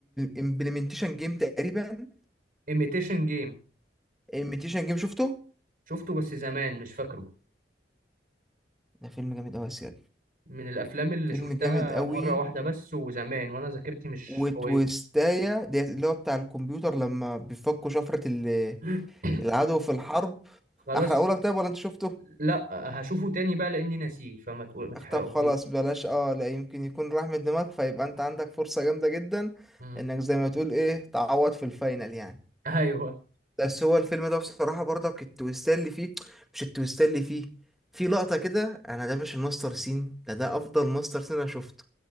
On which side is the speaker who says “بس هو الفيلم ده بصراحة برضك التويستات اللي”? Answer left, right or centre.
Centre